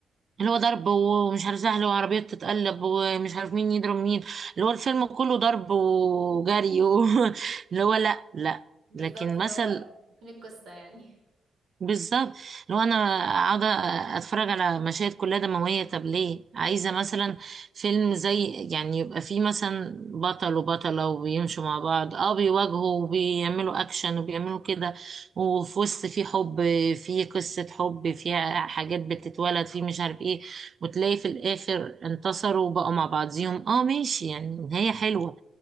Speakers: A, on the right (about 50°); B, on the right (about 75°).
A: اللي هو ضرب ومش عارف سهل وعربيه بتتقلب ومش عارف مين يضرب مين اللي هو الفيلم كله ضرب وجري و... <laughs> اللي هو لا لا
B: بالظبط
A: لكن
B: اللي
A: مثل
B: هو فين القصه يعني <laughs>
A: بالظبط لو انا قاعده اتفرج على مشاهد كلها دمويه طب ليه عايزه مثلا فيلم زي يعني يبقى فيه مثلا بطل وبطله وبيمشوا مع بعض اه بيواجهوا وبيعملوا اكشن وبيعملوا كده وفي وسط في حب في قصه حب فيها حاجات بتتولد في مش عارف ايه وتلاقي في الاخر انتصروا وبقوا مع بعضيهم اه ماشي يعني نهايه حلوه